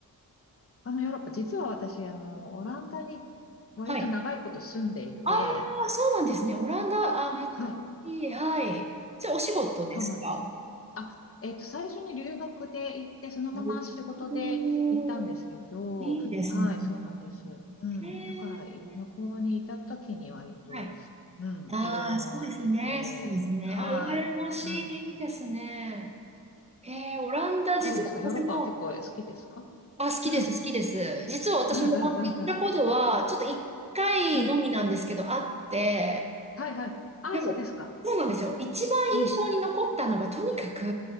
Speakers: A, on the left (about 40°); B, on the right (about 20°).
A: あの、ヨーロッパ、実は私、あの、オランダに割と長いこと住んでいて、
B: はい。ああ、そうなんですね。オランダ、あ、めっちゃいい。
A: はい。
B: はい。じゃあお仕事ですか
A: そうなんですよ。あ、えっと、最初に留学で行って、そのまま仕事で行ったんですけど、
B: おーいいですね。
A: はい、そうなんです。うん。
B: へえ
A: だから、い向こうにいた時に割と、
B: はい
A: うん、
B: ああ、
A: いろいろ回ってて、
B: そうですね。そうですね。
A: はい。
B: あ、羨ましい。
A: うん。
B: いいですね。えー、オランダ、実は私も、
A: どうですかヨーロッパは結構好きですか
B: あ、好きです、
A: うん。
B: 好きです。実は私もオランダ行ったことは、
A: うんうんうんう
B: ちょっと一回のみなんですけど、
A: ん。うん。
B: あって、
A: はいはい。あ、
B: でも、
A: そうですか。
B: そうなんですよ。一番印象に残ったのが、
A: うん。
B: とにかく、